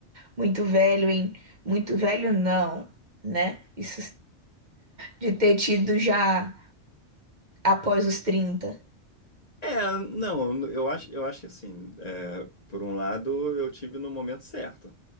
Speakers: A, on the right (about 45°); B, on the left (about 40°).
A: muito velho em, muito velho não, né? Isso de ter tido já após os trinta
B: É, não, eu acho, eu acho que assim, é, por um lado eu tive no momento certo.